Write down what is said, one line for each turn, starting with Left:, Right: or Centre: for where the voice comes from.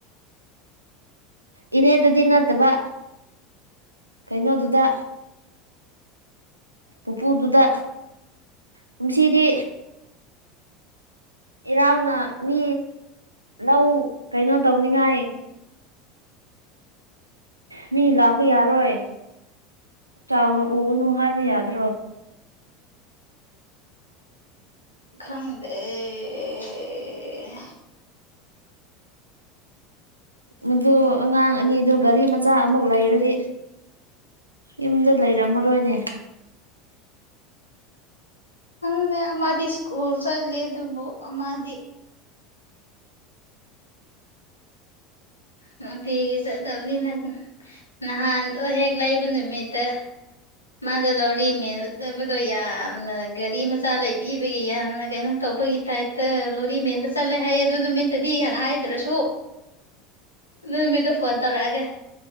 Right: ꯏꯅꯦ ꯗꯗꯤ ꯅꯠꯇꯕ ꯀꯩꯅꯣꯗꯨꯗ ꯄꯨꯄꯨꯗꯨꯗ ꯀꯨꯝꯁꯤꯗꯤ ꯏꯔꯥꯡꯅ ꯃꯤ ꯂꯧ ꯀꯩꯅꯣ ꯇꯧꯅꯤꯡꯉꯥꯏ ꯃꯤ ꯂꯥꯛꯄ ꯌꯥꯔꯣꯏ ꯆꯥꯎꯅ ꯎꯒꯅꯨ ꯍꯥꯏꯕ ꯌꯥꯗ꯭ꯔꯣ
Left: ꯈꯪꯗꯦ ꯑꯦ
Right: ꯃꯗꯨ ꯑꯉꯥꯡ ꯑꯅꯤꯗꯨ ꯒꯥꯔꯤ ꯃꯆꯥ ꯑꯃꯨꯛ ꯂꯩꯔꯗꯤ ꯌꯨꯝꯗ ꯂꯩꯔꯝꯃꯔꯣꯏꯅꯦ
Left: ꯈꯪꯗꯦ ꯑꯃꯗꯤ ꯁ꯭ꯀꯨꯜ ꯆꯠꯂꯤ ꯑꯗꯨꯕꯨ ꯑꯃꯗꯤ ꯅꯨꯡꯇꯤꯒꯤ ꯆꯠꯅꯕꯅꯤꯅ ꯅꯍꯥꯟꯗꯣ ꯍꯦꯛ ꯂꯩꯕ ꯅꯨꯃꯤꯠꯇ ꯃꯥꯗ ꯂꯧꯔꯤ ꯃ ꯎꯠꯅꯕꯗꯣ ꯌꯥꯝꯅ ꯒꯥꯔꯤ ꯃꯆꯥ ꯂꯩꯕꯤꯕꯒꯤ ꯌꯥꯝꯅ ꯀꯩꯅꯣ ꯇꯧꯕꯒꯤ ꯇꯥꯏꯄꯇ ꯂꯣꯔꯤ ꯃꯦꯟꯕ ꯆꯠꯂꯦ ꯍꯥꯏꯌꯦ ꯑꯗꯨ ꯅꯨꯃꯤꯠꯇꯗꯤ ꯍꯥꯟꯅ ꯍꯥꯏꯗ꯭ꯔꯁꯨ ꯅꯃꯤꯗꯨ ꯐꯣꯟ ꯇꯧꯔꯑꯒ